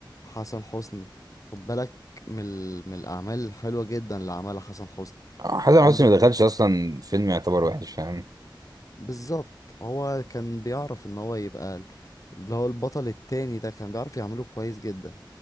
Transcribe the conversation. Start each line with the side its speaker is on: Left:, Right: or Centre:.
Left: حسن حسني خد بالك من ال- من الاعمال الحلوه جدا اللي عملها حسن حسني
Right: آه، حسن
Left: عندك
Right: حسني ما
Left: برضه
Right: دخلش أصلا فيلم يعتبر وحش فاهم
Left: بالظبط هو كان بيعرف ان هو يبقى اللي هو البطل التاني ده كان بيعرف يعمله كويس جدا